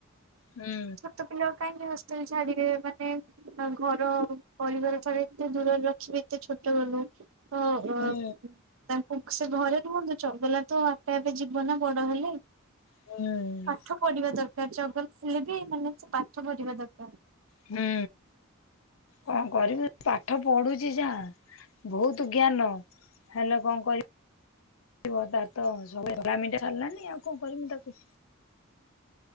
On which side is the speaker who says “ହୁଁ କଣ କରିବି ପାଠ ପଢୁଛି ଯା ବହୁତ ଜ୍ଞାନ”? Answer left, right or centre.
Left